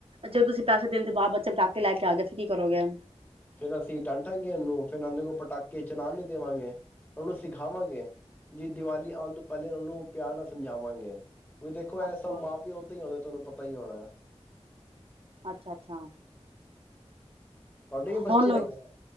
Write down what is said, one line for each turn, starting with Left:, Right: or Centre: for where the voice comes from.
Right: ਜੇ ਤੁਸੀਂ ਪੈਸੇ ਦੇਣ ਦੇ ਬਾਅਦ ਬੱਚਾ ਪਟਾਕੇ ਲੈ ਕੇ ਆ ਗਿਆ ਫਿਰ ਕੀ ਕਰੋਗੇ।
Left: ਫਿਰ ਅਸੀਂ ਡਾਂਟਾਂਗੇ ਉਹਨੂੰ ਫਿਰ ਉਹਦੇ ਕੋਲ ਪਟਾਕੇ ਚਲਾਣ ਨੀ ਦੇਵਾਂਗੇ ਉਹਨੂੰ ਸਿਖਾਵਾਂਗੇ ਜੀ ਦੀਵਾਲੀ ਆਉਣ ਤੋਂ ਪਹਿਲੇ ਉਹਨਾਂ ਨੂੰ ਪਿਆਰ ਨਾਲ ਸਮਝਾਵਾਂਗੇ। ਵੀ ਦੇਖੋ ਐ
Right: ਅੱਛਾ
Left: ਸਭ ਮਾਂ ਪਿਓ ਤੋਂ ਹੀ ਆਉਂਦਾ ਤੁਹਾਨੂੰ ਪਤਾ। ਪਈ ਹੋਣਾ। <inaudible>
Right: ਅੱਛਾ ਅੱਛਾ
Left: ਵੀ ਬੱਚੇ
Right: ਹੁਣ
Left: ਹੈਗੇ ਨੇ